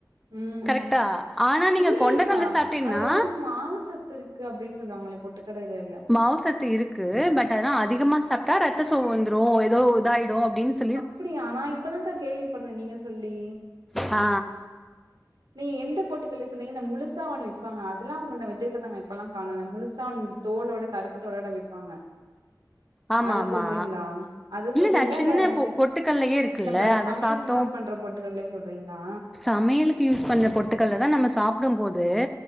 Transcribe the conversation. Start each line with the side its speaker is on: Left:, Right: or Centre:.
Right: ம்
Centre: கரெக்டா ஆனா நீங்க
Right: இல்லைங்க்கா
Centre: கொண்டக்கல்ல சாப்ட்டீங்கன்னா
Right: அதுல வந்து மாவு சத்து இருக் கு அப்டினு சொல்லுவாங்ளே பொட்டுக்கடலையில
Centre: மாவுசத்து இருக்கு பட் ஆனா அதிகமா சாப்ட்டா ரத்த சோக வந்துரோ ஏதோ இதாயிடோ அப்டின் சொ
Right: அப்டியா நா இப்பதாக்கா கேள்விப்பட்ற நீங்க சொல்லி
Centre: ஆ
Right: நீங்க எந்த பொட்டுக்கல்லய சொன்னீங்க இந்த முழுசா ஒன்னு விப்பாங்க அதெல்லா முன்ன வித்துக்கிட்ருந்தாங்க இப்பல்லா காணோ அந்த முழுசா அந்த தோளோட கருப்பு தோளட விப்பாங்க
Centre: ஆமா
Right: அத
Centre: ஆமா
Right: சொல்றீங்ளா அத சொல்றீங்ளா
Centre: நா சின்ன
Right: இல்ல
Centre: பொ பொட்டுக்கல்லயே இருக்குல்ல
Right: நம்ப
Centre: அத
Right: சமையலுக்கு
Centre: சாப்ட்டோ
Right: யூஸ் பண்ற பொட்டுக்கல்லய சொல்றீங்ளா
Centre: சமையலுக்கு யூஸ் பண்ற பொட்டுக்கல்ல தா நம்ம சாப்டும் போது